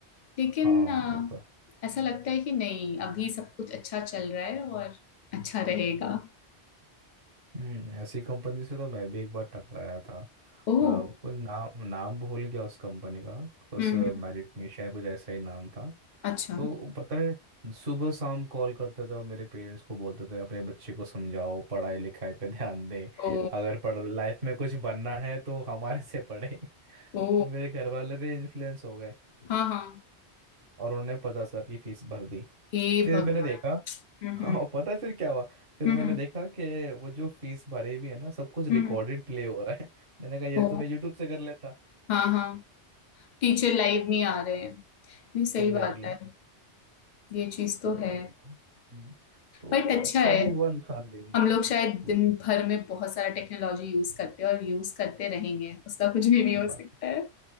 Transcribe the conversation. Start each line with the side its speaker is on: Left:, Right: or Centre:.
Left: लेकिन
Right: हाँ
Left: अ,
Right: ये तो है।
Left: ऐसा लगता है कि नहीं अभी सब कुछ अच्छा चल रहा है और अच्छा रहेगा
Right: हम्म ऐसी कंपनी से तो मैं भी एक बार टकराया था
Left: ओह
Right: आ, नाम नाम भूल गया उस कंपनी का उस
Left: हम्म
Right: मेरिट
Left: हम्म,
Right: नेशन कुछ ऐसा ही नाम था
Left: अच्छा
Right: तो पता है सुबह शाम कॉल करते थे और मेरे पेरेंट्स को बोलते थे अपने बच्चे को समझाओ पढ़ाई लिखाई पे ध्यान दें
Left: ओ
Right: अगर पढ़ लाइफ में कुछ बनना है तो हमारे से पढ़े <laughs>
Left: ओ
Right: तो मेरे घर वाले भी इन्फ्लुएंस हो गए
Left: हाँ हाँ
Right: और उन्होंने पचास हजार की फीस भर दी
Left: हे
Right: फिर
Left: भगवान
Right: मैंने देखा
Left: हम्म
Right: <laughs>
Left: हम्म
Right: और पता है फिर क्या हुआ फिर
Left: हम्म
Right: मैंने देखा कि वो जो फीस भरी भी है ना सब कुछ रिकॉर्डेड
Left: हम्म हम्म।
Right: प्ले हो रहा है <laughs> मैंने कहा ये
Left: ओ
Right: तो मैं यूट्यूब से कर लेता
Left: हाँ हाँ टीचर लाइव नहीं आ रहे हैं नहीं सही
Right: Exactly
Left: बात
Right: exactly.
Left: है ये चीज तो
Right: तो
Left: है
Right: हम्म, तो
Left: बट अच्छा
Right: अच्छा
Left: है
Right: भी हुआ नुकसान भी हम्म,
Left: हम लोग शायद दिन भर में बहुत सारा टेक्नोलॉजी यूज करते हैं और यूज करते रहेंगे उसका कुछ भी नहीं हो
Right: बात
Left: सकता है